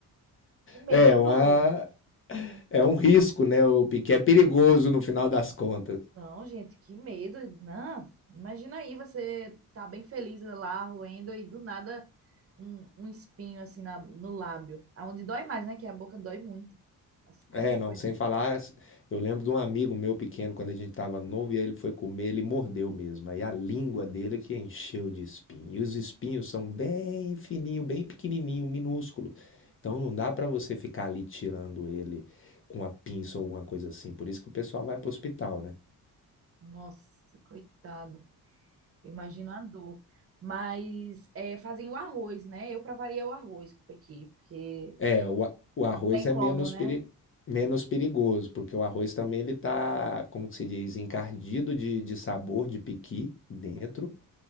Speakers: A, on the right; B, on the left.
A: Que medo.
B: É, uma, é um risco, né? O Piquet é perigoso no final das contas.
A: Não, gente, que medo. Não, imagina aí, você tá bem feliz lá, roendo, e do nada um, um espinho assim na, no lábio. Aonde dói mais, né? Que a boca dói muito. Nossa, Qualquer
B: É, não,
A: coisa.
B: sem falar, eu lembro de um amigo meu pequeno, quando a gente tava novo, e aí ele foi comer, ele mordeu mesmo. Aí a língua dele que encheu de espinho. E os espinhos são bem fininho, bem pequenininho, minúsculo. Então não dá para você ficar ali tirando ele com a pinça ou alguma coisa assim. Por isso que o pessoal vai pro hospital, né?
A: Nossa, coitado. Imagina a dor. Mas é, fazem o arroz, né? Eu pra variar o arroz com o pequi, porque
B: É, o, a- o
A: não
B: arroz
A: tem
B: é
A: como,
B: menos,
A: né?
B: peri, menos perigoso, porque o arroz também ele tá, como que se diz, encardido de, de sabor de piqui dentro,